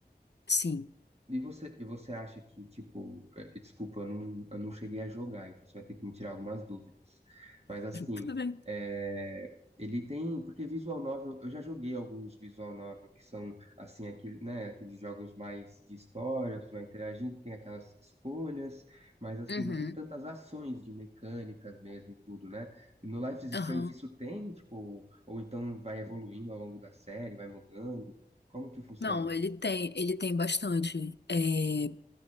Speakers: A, on the left; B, on the right.
A: <laughs> Sim.
B: E você, e você acha que, tipo, eh, desculpa, eu não, eu não cheguei a jogar, então você vai ter que me tirar algumas dúvidas. Mas assim,
A: Tudo bem.
B: eh, ele tem. Porque Visual Novel, eu já joguei alguns Visual Novel que são assim, aquele, né, aqueles jogos mais de história, você vai interagindo, tem aquelas escolhas, mas assim,
A: Uhum,
B: não tem tantas ações de mecânicas mesmo e tudo, né? No Life is Strange
A: aham.
B: isso tem, tipo, ou, ou então vai evoluindo ao longo da série, vai mudando. Como que funciona?
A: Não, ele tem, ele tem bastante. É,